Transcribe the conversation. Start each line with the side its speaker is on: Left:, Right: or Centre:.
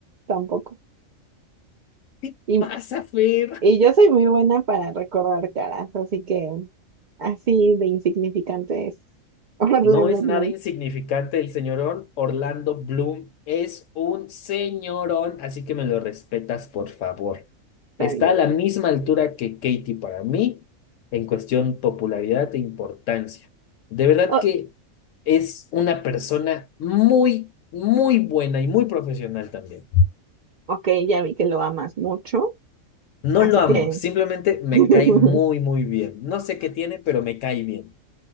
Right: tampoco.
Left: ¿Qué
Right: Y,
Left: pasa, Fer?
Right: y yo soy muy buena para recordar caras, así que así de insignificante es <laughs> Orlando
Left: No es
Right: Bloom.
Left: nada insignificante el señorón. Orlando Bloom es un señorón, así que me lo respetas, por favor.
Right: Está
Left: Está
Right: bien.
Left: a la misma altura que Katy para mí en cuestión popularidad e importancia. De verdad
Right: Oh,
Left: que es una persona muy, muy buena y muy profesional también.
Right: ok, ya vi que lo amas mucho,
Left: No
Right: así
Left: lo amo,
Right: que
Left: simplemente me
Right: <laughs>
Left: cae muy, muy bien. No sé qué tiene, pero me cae bien.